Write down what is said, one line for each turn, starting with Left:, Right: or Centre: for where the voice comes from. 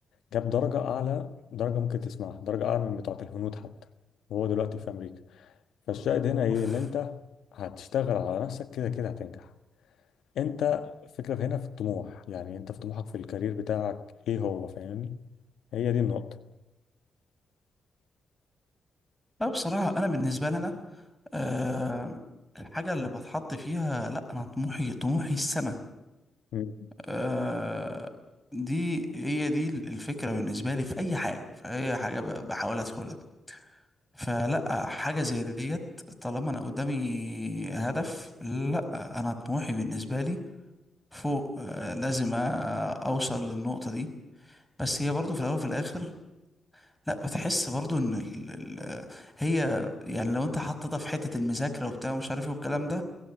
Left: جاب درجه اعلى درجه ممكن تسمعها درجه اعلى من بتاعه الهنود حتى وهو دلوقتي في امريكا فالشاهد هنا ايه
Centre: اوف
Left: ان انت هتشتغل على نفسك كده كده هتنجح انت الفكرة هنا في الطموح يعني انت في طموحك في الكارير بتاعك ايه هو فاهمني هي دي النقطة
Centre: لا بصراحه انا بالنسبه لي انا آه، الحاجه اللي بتحط فيها لا انا طموحي طموحي السما
Left: مم.
Centre: آه، دي هي دي الفكرة بالنسبة لي في أي حاجة في أي حاجة ب- بحاول أدخلها فلا حاجة زي ديت طالما أنا قدامي هدف لا أنا طموحي بالنسبة لي فوق آه، لازم أ- أوصل للنقطة دي بس هي برضو في الأول وفي الآخر لا بتحس برضو إن ال ال هي يعني لو أنت حطيتها في حتة المذاكرة وبتاع مش عارف إيه والكلام ده